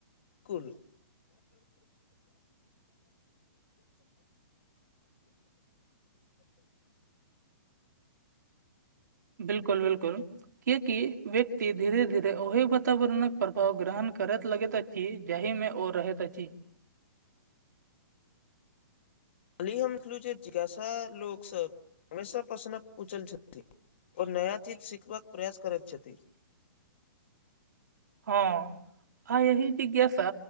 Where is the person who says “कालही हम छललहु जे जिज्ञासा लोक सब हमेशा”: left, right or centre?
Left